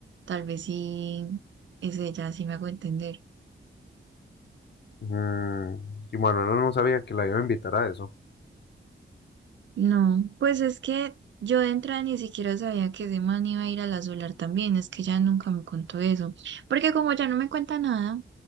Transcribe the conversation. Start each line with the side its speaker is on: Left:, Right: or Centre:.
Right: tal vez sí es ella, si me hago entender.
Left: Mm, y Manuela no sabía que la iba a invitar a eso,
Right: No, pues es que yo de entrada ni siquiera sabía que ese man iba a ir a la Solar también, es que ella nunca me contó eso, porque como ya no me cuenta nada,